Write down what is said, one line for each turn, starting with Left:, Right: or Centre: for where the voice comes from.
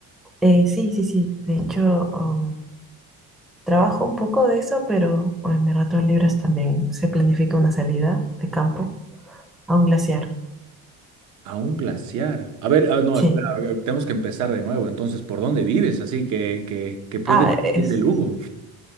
Centre: Eh, sí, sí, sí. De hecho, um, trabajo un poco de eso, pero bueno, en mis ratos libres también se planifica una salida de campo a un glaciar.
Right: A un glaciar. A ver, ah, no,
Centre: Sí.
Right: espera, a ver, tenemos que empezar de nuevo. Entonces, ¿por dónde vives? Así que, que, que puedes
Centre: Ah, es...
Right: ir de lujo.